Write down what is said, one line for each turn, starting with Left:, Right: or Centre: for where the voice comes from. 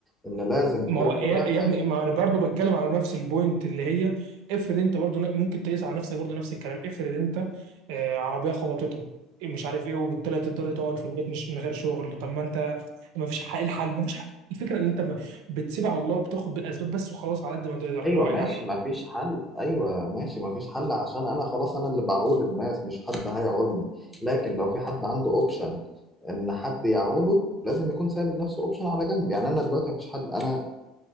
Centre: ان لازم
Right: ما
Centre: كل
Right: هو يا
Centre: واحد
Right: يا ابني ما انا برضه بتكلم على نفس البوينت اللي هي افرض انت برضه ن- ممكن تقيس على نفسك برضه نفس الكلام افرض انت آه، عربيه خبطتك مش عارف ايه وبالتالي تضطر تقعد في البيت مش من غير شغل طب ما انت ما فيش حل الحل ما فيش حل الفكره ان انت ب- بتسيب على الله وبتاخد بالاسباب بس وخلاص على قد ما تقدر
Centre: ايوه
Right: اللي هو
Centre: ماشي
Right: يعني
Centre: ما فيش حل ايوه ماشي ما فيش حل عشان انا خلاص انا اللي بعول الناس مش حد هيعولني لكن لو في حد عنده اوبشن ان حد يعوله لازم يكون سايب لنفسه اوبشن على جنب يعني انا دلوقتي ما فيش حد انا